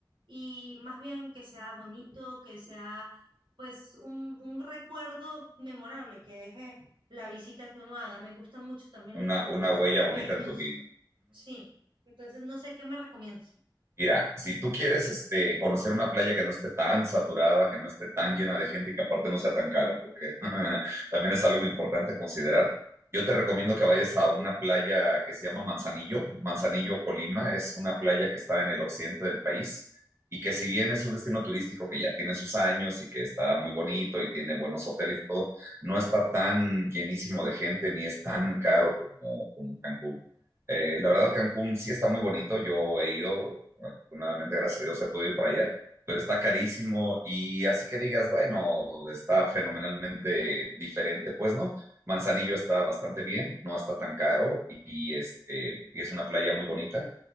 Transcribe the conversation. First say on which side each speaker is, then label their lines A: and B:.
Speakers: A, on the right; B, on the right.
A: y más bien que sea bonito, que sea pues un, un recuerdo memorable, que deje la visita que uno haga. Me gustan mucho también
B: una,
A: los pueblitos
B: una huella
A: pequeños,
B: bonita en tu vida.
A: sí. Entonces, no sé qué me recomiendas.
B: Mira, si tú quieres este, conocer una playa que no esté tan saturada, que no esté tan llena de gente, y que aparte no sea tan cara, porque <laughs> también es algo importante a considerar, yo te recomiendo que vayas a una playa que se llama Manzanillo, Manzanillo, Colima, es una playa que está en el occidente del país y que si bien es un destino turístico que ya tiene sus años y que está muy bonito y tiene buenos hoteles y todo, no está tan llenísimo de gente ni es tan caro como, como Cancún. Eh, la verdad, Cancún sí está muy bonito. Yo he ido, Afortunadamente, gracias a Dios, he podido ir para allá, pero está carísimo y así que digas, bueno, está fenomenalmente diferente, pues no. Manzanillo está bastante bien, no está tan caro y, y, este, y es una playa muy bonita.